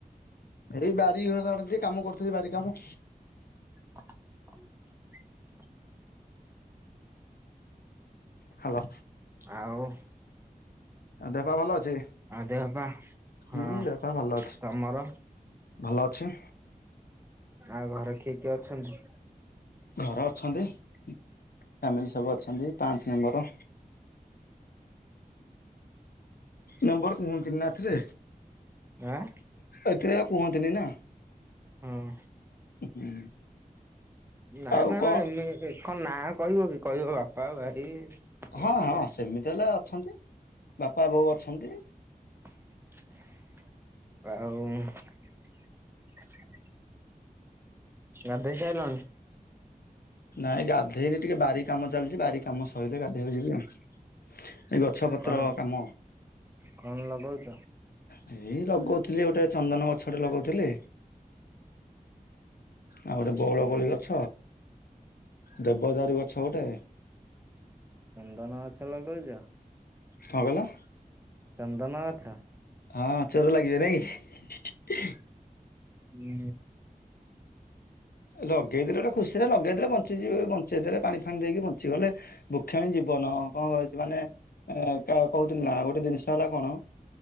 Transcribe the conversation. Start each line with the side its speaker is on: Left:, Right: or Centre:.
Left: ଏଇ ବାରି ଘର ଆଡେ ଟିକେ କାମ କରୁଥିଲି ବାରି କାମ।
Right: <inaudible>
Left: ହାଲୋ
Right: ଆଉ?
Left: ଦେହ ପା ଭଲ ଅଛି?
Right: ଆଉ ଦେହ ପା
Left: ହୁଁ
Right: ହଁ
Left: ଦେହ ପା ଭଲ ଅଛି।
Right: ତମର
Left: ଭଲ ଅଛି।
Right: ଆଉ ଘରେ କିଏ କିଏ ଅଛନ୍ତି?
Left: ଘରେ ଅଛନ୍ତି ଫ୍ୟାମିଲି ସବୁ ଅଛନ୍ତି ପାଞ୍ଚେ ମେମ୍ବର। ନମ୍ବର କୁହନ୍ତିନା ଏଥିରେ।
Right: ଆଁ
Left: ଏଥିରେ ଆଉ କୁହନ୍ତିନି ନା।
Right: ହୁଁ।
Left: ହୁଁ।
Right: ନାଇଁ
Left: ଆଉ
Right: ମାନେ
Left: କଣ
Right: କ ନାଁ କହିବ କି କହିବ ବାପା ଭାଇ। ଏମିତି
Left: ହଁ ହଁ
Right: ତ
Left: ସେମିତି ହେଲେ ଅଛନ୍ତି ବାପା ବୋଉ ଅଛନ୍ତି।
Right: ଆଉ? ଗାଧୋଇ ସାଇଲଣି?
Left: ନାଇଁ ଗାଧେଇନି ଟିକେ ବାରି କାମ ଚାଲିଛି ବାରି କାମ ସରିଲେ ଗାଧେଇବାକୁ ଯିବି ଆଉ। ଏ ଗଛପତ୍ର
Right: କଣ
Left: କାମ।
Right: କଣ ଲଗଉଛ?
Left: ହେ ଏଇ ଲଗଉଥିଲି ଗୋଟେ ଚନ୍ଦନ ଗଛ ଟେ ଲଗଉଥିଲି। ଆଉ ଗୋଟେ ବଉଳକୋଳି
Right: ଚନ୍
Left: ଗଛ, ଦେବଦାରୁ ଗଛ ଗୋଟେ।
Right: ଚନ୍ଦନ ଗଛ ଲଗଉଚ?
Left: କଣ କହିଲ?
Right: ଚନ୍ଦନ ଗଛ
Left: ହଁ ଚୋର ଲାଗିବେ ନା କି
Right: ହୁଁ।
Left: ଲଗେଇଦେଲି ଗୋଟେ ଖୁସିରେ ଲଗେଇଦେଲେ ବଞ୍ଚିଯିବେ ବଞ୍ଚେଇ ଦେଲେ ପାଣି ଫାଣି ଦେଇକି ବଞ୍ଚିଗଲେ ବୁକ୍ଷ ହିଁ ଯିବ ବନ କଣ କୋହୁଚି ମାନେ ଏ କହୁଥିଲି ନା ଗୋଟେ ଜିନିଷ ହେଲା କଣ